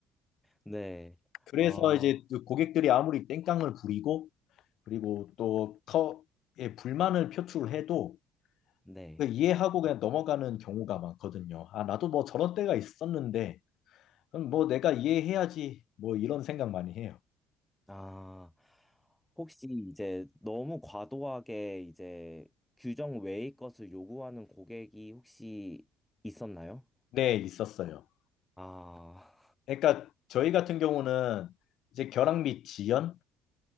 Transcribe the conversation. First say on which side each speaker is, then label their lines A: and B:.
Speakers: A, in the centre; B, on the left (about 60°).
A: 네.
B: 그래서
A: 아,
B: 이제 그 고객들이 아무리 땡깡을 부리고 그리고 또 커, 예, 불만을 표출해도
A: 네.
B: 그 이해하고 그냥 넘어가는 경우가 많거든요. 아, 나도 뭐 저런 때가 있었는데 그럼 뭐 내가 이해해야지 뭐 이런 생각 많이 해요.
A: 아, 혹시 이제 너무 과도하게 이제 규정 외의 것을 요구하는 고객이 혹시 있었나요?
B: 네, 있었어요.
A: 아,
B: 그러니까 저희 같은 경우는 이제 결항 및 지연과